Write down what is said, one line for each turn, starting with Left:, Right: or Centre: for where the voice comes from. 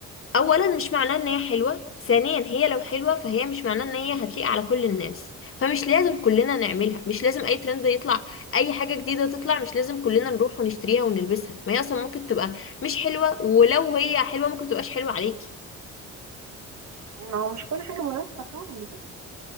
Left: اولا مش معناه ان هي حلوه ثانيا هي لو حلوه فهي مش معناه ان هي هتليق على كل الناس فمش لازم كلنا نعملها مش لازم اي ترند يطلع اي حاجه جديده تطلع مش لازم كلنا نروح ونشتريها ونلبسها ما هي اصلا ممكن تبقى مش حلوه ولو هي حلوه ممكن تبقاش حلوه عليكي
Right: ما هو مش كل حاجة مناسبة فعلا بجد